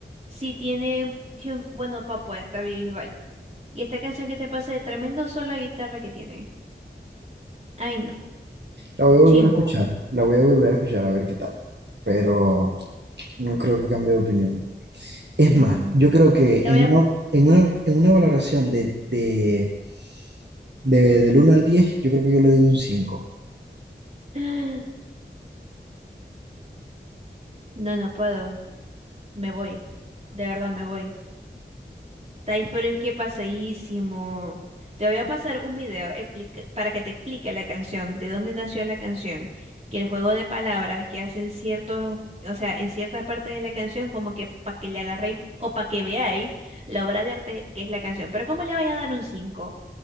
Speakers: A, on the right (about 35°); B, on the right (about 65°).
A: si tiene, Dios- bueno, Papo es David Bisbal. Y esta canción que te pasa de tremendo solo de guitarra que tiene. Ay, no,
B: La voy a volver
A: chimbo.
B: a escuchar, la voy a volver a escuchar a ver qué tal, pero no creo que cambie de opinión. Es
A: Mm.
B: más, yo creo que
A: Le voy
B: en
A: a...
B: una, en una, en una valoración de, de, de- del uno al 10 yo creo que yo le doy un cinco.
A: <gasps> No, no puedo. Me voy. De verdad, me voy. Tais, pero es que pasadísimo. Te voy a pasar un video explica- para que te explique la canción, de dónde nació la canción, que el juego de palabras que hacen ciertos, o sea, en ciertas partes de la canción, como que para que le agarréis o para que veáis la obra de arte que es la canción. Pero ¿cómo le vaya a dar un cinco